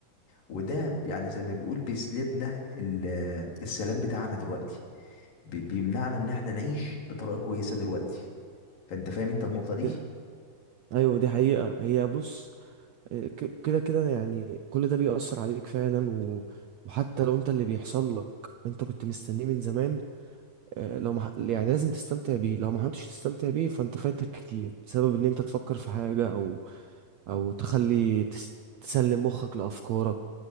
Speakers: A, on the left; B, on the right.
A: وده يعني زي ما بيقول بيسلبنا ال- السلام بتاعنا دلوقتي بي- بيمنعنا ان احنا نعيش بطريقة كويسة دلوقتي فانت فاهم انت النقطة دي
B: ده ايوه دي حقيقه هي بص آه، ك- كده كده يعني كل ده بيأثر عليك فعلا و... وحتى لو انت اللي بيحصل لك انت كنت مستنيه من زمان آه، لو مح... يعني لازم تستمتع بيه لو ما حاولتش تستمتع بيه فانت فايتك كتير بسبب ان انت تفكر في حاجة او او تخلي تس... تسلم مخك لأفكارك